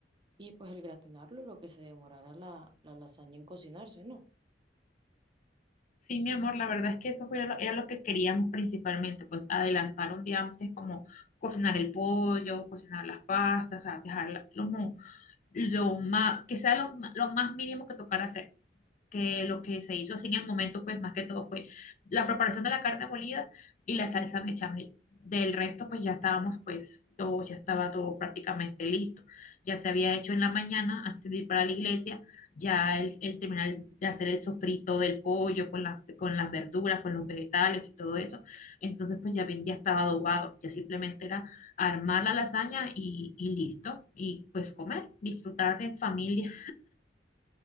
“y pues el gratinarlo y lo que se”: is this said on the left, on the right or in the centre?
Right